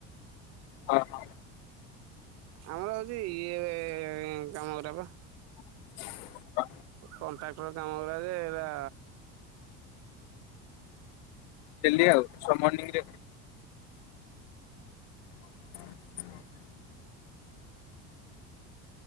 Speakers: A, on the left; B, on the right.
A: ଅ ହଁ।
B: ଆମର ହଉଛି ଇଏ କାମ ଗୁରା ପା।
A: <inaudible>
B: କଣ୍ଟ୍ରାକ୍ଟର କାମ ଗୁରା ଯେ ଏରା
A: ଡେଲି ଆଉ। ସବୁ ମର୍ଣିଂରେ <inaudible>